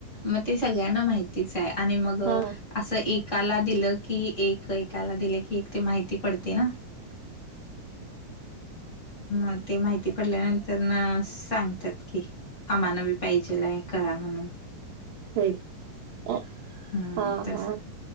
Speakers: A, on the left; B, on the right.
A: मग ते सगळ्यांना माहितीच आहे आणि मग
B: हा
A: असं एकाला दिलं की एक एकाला दिलं की एक ते माहिती पडते ना. मग ते माहिती पडल्यानंतर ना सांगतात कि. आम्हाला बी पाहिजेलाय करा म्हणून.
B: हे अ
A: हम्म
B: हा
A: तस
B: हा.